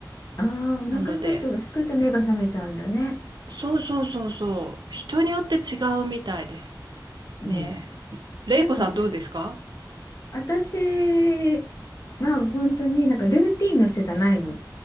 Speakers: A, on the left; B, on the right.
A: ああ、お腹空いとすくと目が覚めちゃうんだね。
B: なので、そうそうそうそう、人によって違うみたいです。
A: うん。
B: ねえ、れいこさんどうですか
A: なんか、私は本当になんかルーティンの人じゃないの。